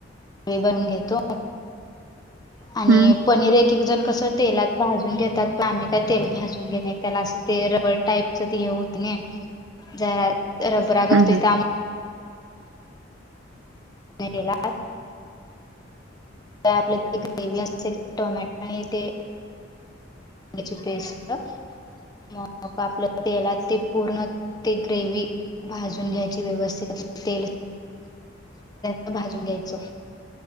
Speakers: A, on the left; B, on the right.
A: बनून घेतो
B: हम्म
A: आणि पनीर एक. एक जण कस तेलात भाजून घेतात प्मिका तेल भाजून घेणे त्याला असं ते रबर टाईप. ते हे होत नाही जरा रबरागत
B: हम्म हम्म
A: हो. ला आपलं ते ग्रेवी असते टोमॅटो आणि ते ची पेस्ट मग आपल्या याला ते पूर्ण ते ग्रेव भाजून घ्यायची व्यवस्थित ते व भाजून घ्यायचं.